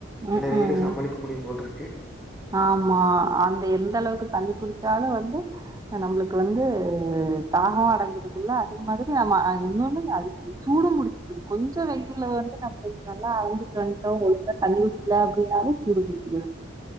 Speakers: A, on the right; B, in the centre.
A: ம்
B: இந்த வெயிலு
A: ம்
B: சமாளிக்க முடியு போல்ருக்கு
A: ஆமா அந்த எந்த அளவுக்கு தண்ணி குடிச்சாலு வந்து நம்ளுக்கு வந்து தாகமு அடங்குது இல்ல அதே மாதிரி நம்ம அ இன்னொன்னு அ சூடு முடிச்சுக்குது கொஞ்சோ வெயில்ல வந்துட்டு நம்ம நல்லா அழஞ்சுட்டு வந்ட்டோ ஒழுங்கா தண்ணிய இல்ல அப்டின்னாலும் சூடு புடிகலா